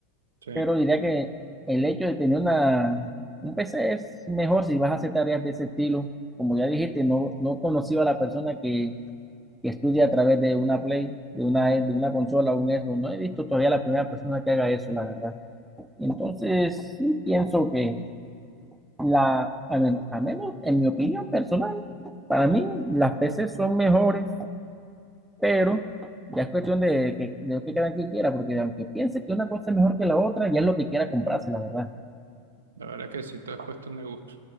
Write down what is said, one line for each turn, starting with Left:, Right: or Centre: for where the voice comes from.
Right: Sí,
Centre: Pero diría que el hecho de tener una, un PC es mejor si vas a hacer tareas de ese estilo. Como ya dijiste, no, no conocido a la persona que que estudia a través de una Play, de una, de una consola, un Xbox. No he visto todavía la primera persona que haga eso, la verdad. Entonces, sí pienso que la, a menos, a menos en mi opinión personal, para mí las PCs son mejores, pero ya es cuestión de, que de lo que cada quien quiera, porque aunque piense que una cosa es mejor que la otra, ya es lo que quiera comprarse, la verdad.
Right: la verdad es que sí, todo es cuestión de gusto.